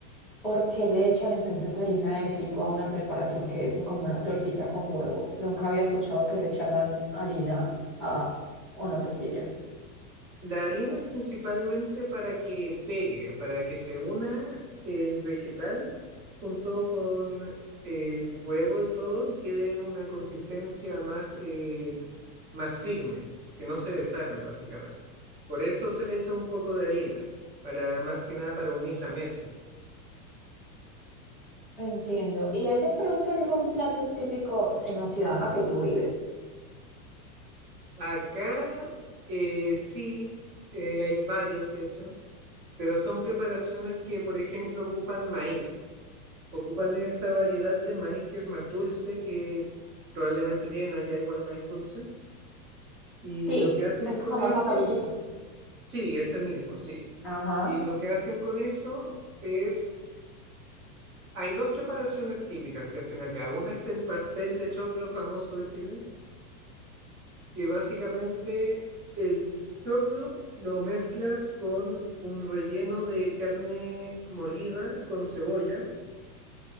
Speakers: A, in the centre; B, on the right (about 25°).
A: ¿Por qué le echan entonces harina de trigo a una preparación que es como una tortilla con huevo? Nunca había escuchado que le echaran harina a una tortilla.
B: La harina es principalmente para que pegue, para que se una el vegetal junto con el huevo y todo y quede una consistencia más, eh, más firme, que no se desarme básicamente. Por eso se le echa un poco de harina, para más que nada para unir la mezcla.
A: Entiendo. ¿Y hay de pronto algún plato típico en la ciudad en la que tú vives?
B: Acá eh, sí, eh, hay varios de hecho, pero son preparaciones que, por ejemplo, ocupan maíz. Ocupan esta variedad de maíz que es más dulce, que probablemente tienen allá igual maíz dulce. Y
A: Sí,
B: lo que hacen
A: es
B: con
A: como más
B: eso,
A: amarillito.
B: sí, ese mismo, sí.
A: Ajá,
B: Y lo que hacen con eso es, hay dos preparaciones típicas que hacen acá. Una es el pastel de choclo famoso de Chile, que básicamente el choclo lo mezclas con un relleno de carne molida con cebolla